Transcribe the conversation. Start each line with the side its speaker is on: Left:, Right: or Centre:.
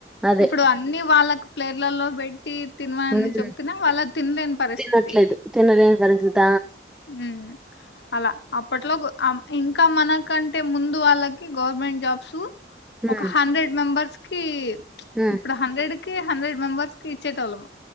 Centre: అదే
Left: ఇప్పుడు అన్ని వాళ్ళకు ప్లేర్లలో బెడ్ తినవాని
Centre: ఉమ్
Left: చెప్తన్నా వాళ్ళ తినలేని పరిస్థితి
Centre: తినట్లేదు తినలేని పరిస్థిత
Left: మ్మ్ అలా అప్పట్లో గు ఇంకా మనక్ కంటే ముందు వాళ్ళకి గవర్నమెంట్ జాబ్స్
Centre: ఉమ్
Left: ఒక హండ్రెడ్ మెంబర్స్ కీ
Centre: ఉమ్
Left: ఇప్పుడు హండ్రెడ్ కి హండ్రెడ్ మెంబర్స్ కి ఇచ్చేటోళ్ళము